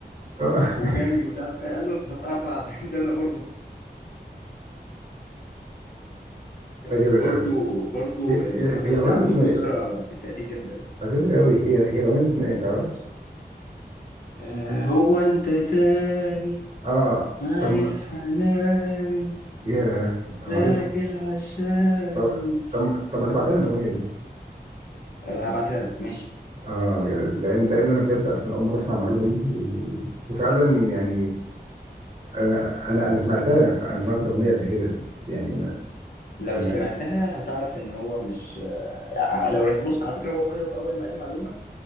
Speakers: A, on the right (about 35°); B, on the left (about 60°).
A: <laughs>
B: وجامد ومش عارف ايه قال له انت هتقرع <laughs> ده انا برضه كان
A: ده جامد
B: برضو
A: قوي
B: برضو
A: هي
B: آه،
A: هي
B: تامر حسني
A: هي الاغنيه
B: عنده
A: دي اسمها
B: قدرة
A: ايه
B: في التقليد جامدة أوي
A: آه، جامد قوي هي هي الاغنيه دي اسمها ايه ما تعرفش
B: آه، هو أنت تاني
A: اه
B: عايز
A: طب ما-
B: حناني
A: ياه انا
B: راجع
A: عارفها
B: عشاني
A: طب طب ما طب ما تبعتها لي الاغنيه دي
B: آه، هبعتها لك ماشي
A: اه يعني لان لان انا بجد اصلا اول مره اسمع المعلومه دي و... وفعلا يعني انا انا انا سمعتها انا سمعت الاغنيه قبل كده بس يعني انا
B: لو
A: انا
B: سمعتها هتعرف إن هو مش آه، لو رك... بص على فكرة هو أول أول ما قال المعلومة